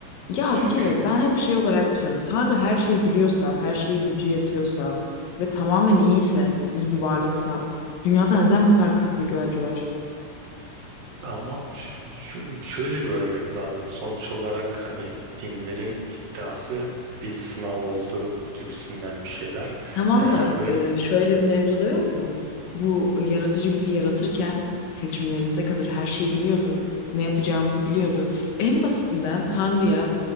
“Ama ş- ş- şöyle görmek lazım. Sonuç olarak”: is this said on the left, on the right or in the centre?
Right